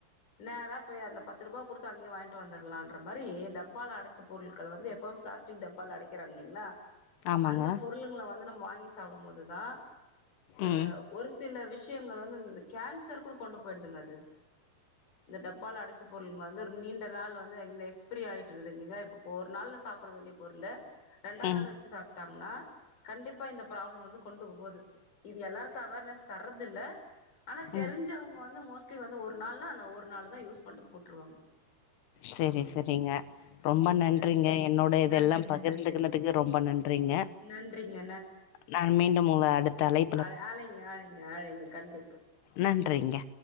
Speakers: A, on the left; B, on the left.
A: நேரா போய் அந்த பத்து ரூபா குடுத்து அங்கேயே வாங்கிட்டு வந்துர்லான்ற மாரி டப்பால அடைச்ச பொருட்கள் வந்து எப்பவு பிளாஸ் டிக் டப்பால அடைக் க்கிறாங்க இல்லங்களா
B: ஆமாங்க
A: அந்த பொருள்ங்கள வந்து நம்ம வாங்கி சாப்பிடும்போது தா அ
B: ம்
A: ஒரு சில விஷயங்கள் வந்து அந்த கேன்சர் கூட கொண்டு போயிடுதுங்க அது இந்த டப்பால்ல அடைச்ச பொருள் வந்து நீண்ட நாள் வந்து எக்ஸ்பரி ஆயிட்றுது இரு இப்ப ஒரு நாள்ள சாப்புட வேண்டிய பொருள்ல ரெண்டா
B: ம்
A: நாள் வெச்சு சாப்ட்டாங்கன்னா கண்டிப்பா இந்த ப்ராப்ளம் வந்து கொண்டு போவுது இது எல்லாருக்கு அவா ர்னஸ் தர்றது இல்ல ஆனா தெரிஞ்சவங்க
B: ம்
A: வந்து மோஸ்ட்லி வந்து ஒரு நாள்னா அந்த ஒரு நாளு தா யூஸ் பண்ணிட்டு போட்டுருவாங்க
B: செரி
A: ம்
B: செரிங்க ரொம்ப நன்றிங்க
A: சரி
B: என்னோட இதெல்லா
A: நன்றிங்க
B: பகிர்ந்
A: நன்றிங்க
B: துகினதுக்கு ரொம்ப நன்றிங்க
A: நன்றிங்க
B: நான் மீண்டும் உங்க அடுத்த அழை
A: அது அழைங்க அழைங்க அழைங்க கண்டிப்பா
B: நன்றிங்க